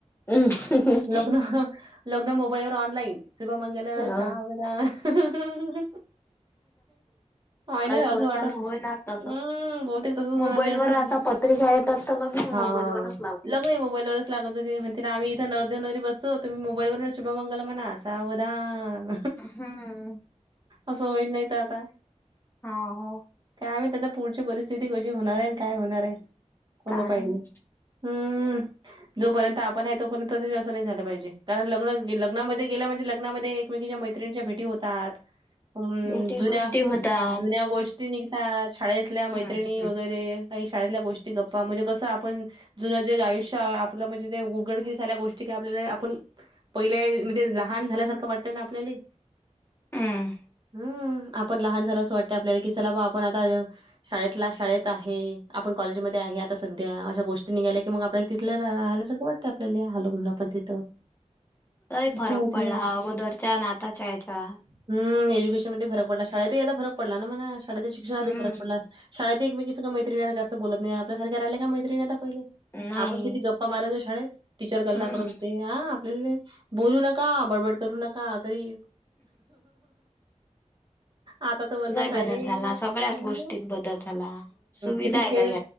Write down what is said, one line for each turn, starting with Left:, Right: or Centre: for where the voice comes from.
Left: हम्म
Right: लग्न लग्न मोबाईलवर ऑनलाईन. शुभमंगल
Left: हा,
Right: सावधान. होय
Left: काहीक
Right: ना असं
Left: वर्षानं
Right: वाट
Left: होणार तसं.
Right: हम्म बहुतेक तसंच
Left: मोबाईल
Right: होणार आहे असं
Left: वर आता पत्रिका येतात. तर लग्नही
Right: हा.
Left: मोबाईलवरचं लावतील.
Right: लग्नही मोबाईलवरच लागतं ते. ते म्हणतील आम्ही इथं नवरदेव नवरी बसतो. तुम्ही मोबाईलवरच शुभमंगल म्हणा. सावधान.
Left: हम,
Right: असं ओइदनयत आता.
Left: हा हो,
Right: काय माहित आता पुढची परिस्थिती कशी होणार आहे आणि काय होणार आहे कोणं
Left: काय
Right: पाहिले.
Left: नाही
Right: हम्म, जोपर्यंत आपण आहे तोपर्यंत तरी तसं नाही झालं पाहिजे. कारण लग्न लग्नामध्ये गेलं म्हणजे लग्नामध्ये एकमेकीच्या मैत्रिणीच्या भेटी होतात. हम्म,
Left: भेटी
Right: जुन्या.
Left: गोष्टी होतात
Right: जुन्या गोष्टी निघता शाळेतल्या मैत्रिणी
Left: हम्म हम्म
Right: वगैरे. काही शाळेतल्या गोष्टी गप्पा म्हणजे कसं आपण. जुनं जे आयुष्य आ आपलं म्हणजे जे उघडकीस झाल्या गोष्टी की, स आपल्याला आपण. पहिल्या म्हणजे लहान झाल्यासारखं वाटतं ना आपल्याले.
Left: हम्म
Right: हम्म, आपण लहान झालं असं वाटत आपल्याला कि, चला बा आपण आता. शाळेतला शाळेत आहे आपण कॉलेजमध्ये आहे आता सध्या अशा गोष्टी. त निघाला की, मग आपल्याला तिथल्या राहायल्यासारखं वाटतं आपल्याला हलो म्हण आपण तिथं.
Left: लय
Right: असं
Left: फरक
Right: आहे
Left: पडला
Right: ते.
Left: अगोदरच्या आन आताच्या याच्या.
Right: हम, एज्युकेशन मध्ये फरक पडला शाळेत यादा फरक पडला ना म शाळेत शिक्षणाात
Left: हम्म
Right: फरक पडला. शाळेत एकमेकीसंग मैत्रीणी जास्त बोलत नाही आपल्यासारख्या राहिल्या का मैत्रीणी आता पहिले.
Left: नाही
Right: आपण किती गप्पा मारायचो शाळेत टीचर गल्ला
Left: हम्म
Right: करत होते. हा, आपल्या बोलू नका बडबड करू नका. का तरी, आता तर वर्ग
Left: लय
Right: सायलेन्स
Left: बदल झाला सगळ्याच
Right: हम्,
Left: गोष्टीत बदल झाला सुविधा
Right: किती
Left: आहे
Right: खेळ.
Left: लय